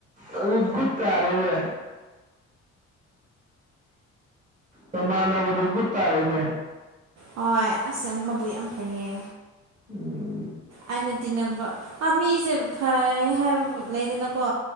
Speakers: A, on the right (about 25°); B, on the right (about 60°).
A: ꯑꯗꯨ ꯒꯨꯠ ꯇꯥꯔꯦꯅꯦ꯫ ꯅꯃꯥꯟꯅꯕꯗꯣ ꯒꯨꯠ ꯇꯥꯔꯦꯅꯦ꯫
B: ꯍꯣꯏ ꯑꯁ ꯃꯕꯨꯛ ꯌꯥꯝ ꯐꯩꯌꯦ꯫
A: ꯎꯝ꯫
B: ꯑꯩꯅ ꯇꯤꯟꯅꯕ ꯑ ꯃꯤꯖꯦ ꯐꯩ ꯍꯥꯏꯕ ꯂꯩꯗꯅꯀꯣ꯫